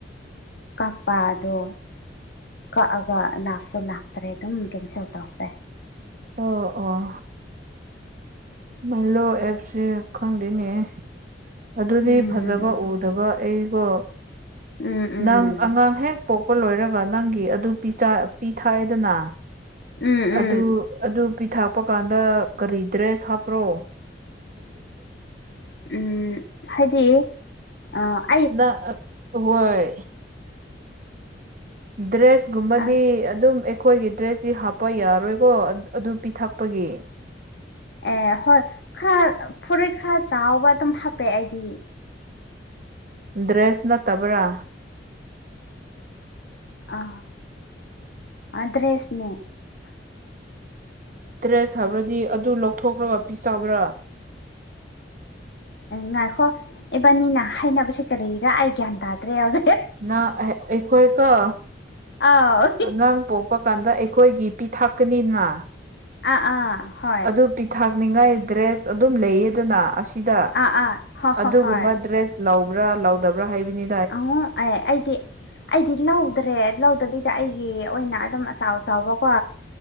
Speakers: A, on the left; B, on the right.
A: ꯀꯛꯄ ꯑꯗꯣ ꯀꯛꯑꯒ ꯂꯥꯛꯁꯨ ꯂꯥꯛꯇ꯭ꯔꯦ ꯑꯗꯨꯝ ꯀꯦꯟꯁꯦꯜ ꯇꯧꯈ꯭ꯔꯦ
B: ꯑꯣ ꯑꯣ ꯃꯥꯏꯂꯣ ꯑꯦꯞꯁꯤ ꯈꯪꯗꯦꯅꯦ ꯑꯗꯨꯗꯤ
A: ꯎꯝ
B: ꯐꯖꯕ ꯎꯗꯕ ꯑꯩꯀꯣ
A: ꯎꯝ ꯎꯝ
B: ꯅꯪ ꯑꯉꯥꯡ ꯍꯦꯛ ꯄꯣꯛꯄ ꯂꯣꯏꯔꯒ ꯅꯪꯒꯤ ꯑꯗꯨ ꯄꯤꯖꯥ ꯄꯤꯊꯛ ꯑꯦꯗꯥꯅꯥ
A: ꯎꯝ ꯎꯝ
B: ꯑꯗꯨ ꯑꯗꯨ ꯄꯤꯊꯛꯄ ꯀꯥꯟꯗ ꯀꯔꯤ ꯗ꯭ꯔꯦꯁ ꯍꯥꯞꯄ꯭ꯔꯣ
A: ꯎꯝ ꯍꯥꯏꯗꯤ ꯑꯥ
B: ꯅꯥ ꯍꯣꯏ ꯗ꯭ꯔꯦꯁꯀꯨꯝꯕꯗꯤ
A: ꯑ
B: ꯑꯗꯨꯝ ꯑꯩꯈꯣꯏꯒꯤ ꯗ꯭ꯔꯦꯁ ꯁꯤ ꯍꯥꯞꯄ ꯌꯥꯔꯣꯏꯀꯣ ꯑꯗꯨ ꯄꯤꯊꯛꯄꯒꯤ
A: ꯑꯦ ꯍꯣꯏ ꯈꯔ ꯐꯨꯔꯤꯠ ꯈꯔ ꯆꯥꯎꯕ ꯑꯗꯨꯝ ꯍꯥꯞꯄꯦ ꯑꯩꯗꯤ
B: ꯗ꯭ꯔꯦꯁ ꯅꯠꯇꯕ꯭ꯔꯥ
A: ꯑ ꯑ ꯗ꯭ꯔꯦꯁꯅꯦ
B: ꯗ꯭ꯔꯦꯁ ꯍꯥꯞꯔꯗꯤ ꯑꯗꯨ ꯂꯧꯊꯣꯛꯈ꯭ꯔꯒ ꯄꯤꯆꯥꯕ꯭ꯔꯥ
A: ꯉꯥꯏꯈꯣ ꯏꯕꯥꯅꯤꯅ ꯍꯥꯏꯅꯕꯁꯦ ꯀꯔꯤꯔꯥ ꯑꯩ ꯒ꯭ꯌꯥꯟ ꯇꯥꯗ꯭ꯔꯦ ꯍꯧꯖꯤꯛ
B: ꯅꯪ ꯑꯩꯈꯣꯏꯀꯣ
A: ꯑꯥꯎ
B: ꯑꯉꯥꯡ ꯄꯣꯛ ꯄ ꯀꯥꯟꯗ ꯑꯩꯈꯣꯏꯒꯤ ꯄꯤꯊꯛꯀꯅꯤꯅ
A: ꯑꯥ ꯑꯥ ꯍꯣꯏ
B: ꯑꯗꯨ ꯄꯤꯊꯥꯛꯅꯤꯉꯥꯏ ꯗ꯭ꯔꯦꯁ ꯑꯗꯨꯝ ꯂꯩꯌꯦꯗꯅ ꯑꯁ ꯁꯤꯗ
A: ꯑꯥ ꯑꯥ ꯍꯣꯏ
B: ꯑꯗꯨꯒꯨꯝꯕ
A: ꯍꯣꯏ ꯍꯣꯏ
B: ꯗ꯭ꯔꯦꯁ ꯂꯧꯕ꯭ꯔꯥ ꯂꯧꯗꯕ꯭ꯔꯥ ꯍꯥꯏꯕꯅꯤ
A: ꯑ <unintelligible> ꯑꯦ ꯑꯩꯗꯤ ꯑꯩꯗꯤ ꯂꯧꯗ꯭ꯔꯦ ꯂꯧꯗꯕꯤꯗ ꯑꯩꯒꯤ ꯑꯣꯏꯅ ꯑꯗꯨꯝ ꯑꯆꯥꯎ ꯑꯆꯥꯎꯕꯀꯣ